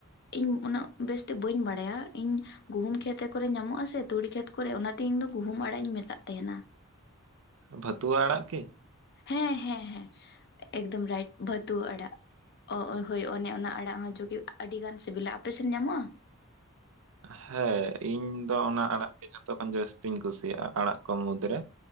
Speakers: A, on the left (about 50°); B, on the right (about 65°).
A: ᱤᱧ ᱩᱱᱟᱹᱜ ᱵᱮᱥᱛᱮ ᱵᱟᱹᱧ ᱵᱟᱲᱟᱭᱟ, ᱤᱧ ᱼᱼ ᱜᱩᱦᱩᱢ ᱠᱷᱮᱛ ᱠᱚᱨᱮ ᱧᱟᱢᱚᱜᱼᱟ ᱥᱮ ᱛᱩᱲᱤ ᱠᱷᱮᱛ ᱠᱚᱨᱮ ᱚᱱᱟᱛᱮ ᱤᱧ ᱫᱚ ᱜᱩᱦᱩᱢ ᱟᱲᱟᱜ ᱤᱧ ᱢᱮᱛᱟᱜ ᱛᱟᱸᱦᱮᱱᱟ।
B: ᱵᱷᱟᱹᱛᱩᱣᱟᱹ ᱟᱲᱟᱜ ᱠᱤ?
A: ᱦᱮᱸ ᱦᱮᱸ ᱦᱮᱸ ᱮᱠᱫᱚᱢ ᱨᱟᱭᱤᱴ ᱵᱷᱟᱹᱛᱩᱣᱟᱹ ᱟᱲᱟᱜ। ᱚ ᱚ ᱦᱳᱭ ᱚᱱᱮ ᱚᱱᱟ ᱟᱲᱟᱜ ᱦᱚᱸ ᱡᱚ ᱠᱤ ᱟᱹᱰᱤᱜᱟᱱ ᱥᱤᱵᱤᱞᱟ। ᱚᱯᱮᱥᱮᱱ ᱧᱟᱢᱚᱜᱼᱟ?
B: ᱦᱮᱸ ᱤᱧ ᱫᱚ ᱚᱱᱟ ᱟᱲᱟᱜ ᱜᱮ ᱡᱷᱚᱛᱚ ᱠᱷᱚᱱ ᱡᱟᱹᱥᱛᱤᱧ ᱠᱩᱥᱤᱭᱟᱜᱼᱟ, ᱟᱲᱟᱜ ᱠᱚ ᱢᱩᱫᱽᱨᱮ।